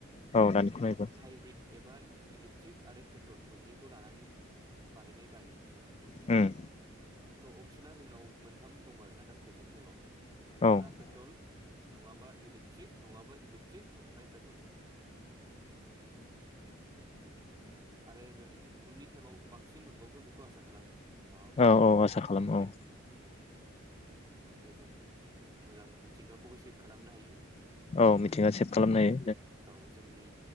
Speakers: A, on the left; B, on the right.
A: औ दानिखौनायबो
B: जोंनाव हाइब्रिद एबा इलेक्ट्रिक आरो पेट्रल मोननै खौ लानानै बानायनाय गारि
A: उम
B: स' अपसना जोंनाव मोनथाम दं आरोना दा प्रेजेन्ट टाइमाव
A: औ उम
B: फुरा पेट्रल नङाबा इलेक्ट्रिक नङाबा इलेक्ट्रिक ओमफ्राय पेट्रल आरो जों नि टाइमाव बांसिन मोनबावगोन बेखौ आसा खालामो माबा मोनसे
A: औ औ आसा खालामो
B: वे
A: औ
B: जाथ देजों मोजां मिथिंगाखौबो सेभ खालामनो हायो
A: औ मिथिंगा सेभ खालामनो
B: आरो जों
A: हायो
B: औ जोंनि